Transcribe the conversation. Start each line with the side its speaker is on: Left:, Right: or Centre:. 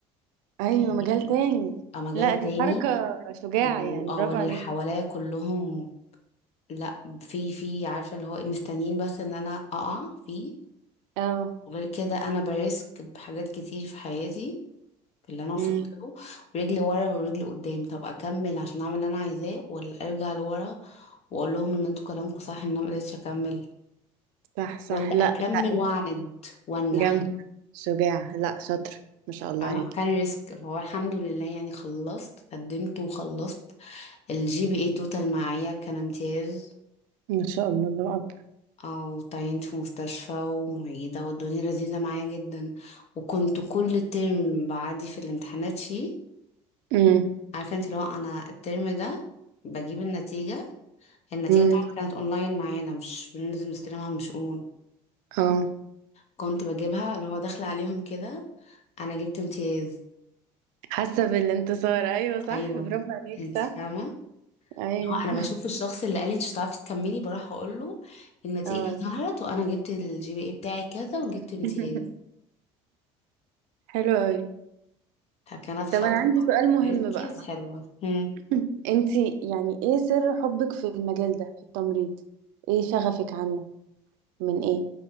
Right: ايوه
Left: يعني
Right: مجال تاني
Left: مجال
Right: لا دي
Left: تاني
Right: حركه شجاعه
Left: و-
Right: يعني
Left: اه
Right: برافو
Left: واللي
Right: عليك
Left: حواليا كلهم لا في في عارفة اللي هو إيه، مستنيين بس ان انا اقع فيه
Right: اه
Left: وغير كده انا بريسك بحاجات كتير في حياتي اللي انا وصلت
Right: امم
Left: له ورجلي ورا ورجلي قدام طب اكمل عشان اعمل اللي انا عايزاه ولا ارجع لورا واقول لهم ان انتوا كلامكم صح ان انا ما قدرتش اكمل
Right: صح صح
Left: ولا
Right: لا
Left: اكمل
Right: لا
Left: واعند وانجح
Right: جامد شجاع لا شاطر ما شاء الله
Left: فاهمة؟
Right: عليك
Left: فكان ريسك هو الحمد لله يعني خلصت قدمت وخلصت الجي بي اي توتال معايا كان امتياز
Right: ما شاء الله الله أكبر
Left: او تعينت في مستشفى ومعيدة والدنيا لذيذة معايا جدا وكنت كل ترم بعدي في الامتحانات فيه
Right: امم
Left: عارفة انت لو انا الترم ده بجيب النتيجة النتيجة
Right: امم
Left: طبعا كانت اونلاين معانا مش بننزل نستلمها من شؤون
Right: اه
Left: كنت بجيبها اللي هو داخلة عليهم كده انا جبت امتياز
Right: حاسه بالانتصار ايوه صح
Left: ايوه
Right: برافو عليك
Left: انت
Right: صح
Left: فاهمة اللي
Right: ايوه
Left: هو انا بشوف الشخص اللي قال لي انت مش هتعرفي تكملي بروح اقول له النتيجة
Right: اه
Left: ظهرت وانا جبت الجي بي اي بتاعي كذا وجبت
Right: <laughs>
Left: امتياز
Right: حلو قوي
Left: فكانت خطوة
Right: طب انا عندي سؤال مهم
Left: ريسكي
Right: بقى
Left: بس حلوة مم.
Right: <clears throat> انتي يعني ايه سر حبك في المجال ده في التمريض ايه شغفك عنه من ايه